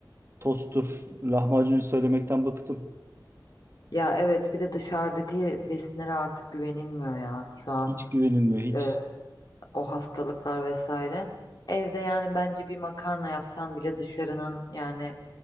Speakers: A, on the right (about 35°); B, on the left (about 60°).
A: tosttur, lahmacun söylemekten bıktım.
B: Ya evet bir de dışarıdaki besinlere artık güvenilmiyor ya. Şu an
A: Hiç güvenilmiyor hiç.
B: e, o hastalıklar vesaire. Evde yani bence bir makarna yapsan bile dışarının yani